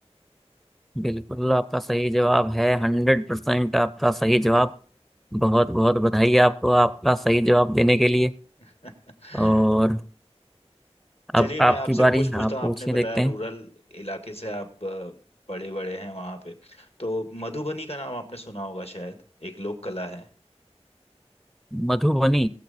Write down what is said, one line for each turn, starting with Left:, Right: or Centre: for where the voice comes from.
Centre: बिल्कुल आपका सही जवाब है हंड्रेड परसेंट आपका सही जवाब बहुत बहुत बधाई आपको आपका सही जवाब देने के लिए
Left: <laughs>
Centre: और अब
Left: चलिए मैं
Centre: आपकी
Left: आपसे
Centre: बारी
Left: पूछ पूछता
Centre: आप
Left: हूँ
Centre: पूछिए
Left: आपने बताया
Centre: देखते हैं
Left: रूरल इलाके से आप अ, बड़े बड़े हैं वहां पे तो मधुबनी का नाम आपने सुना होगा शायद एक लोक कला है
Centre: मधुबनी